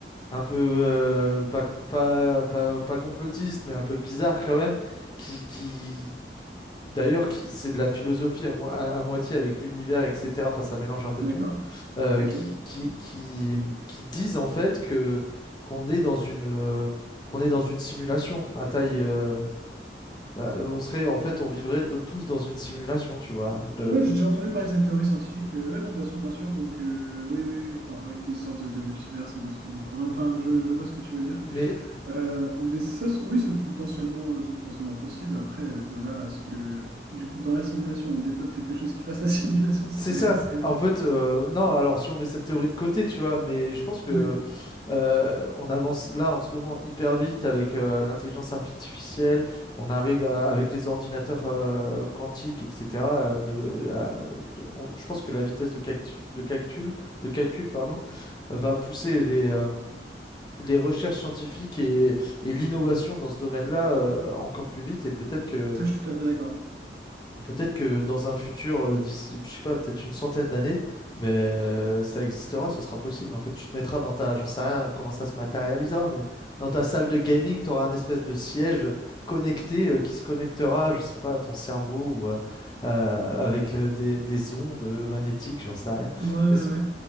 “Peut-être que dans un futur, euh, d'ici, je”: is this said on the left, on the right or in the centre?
Left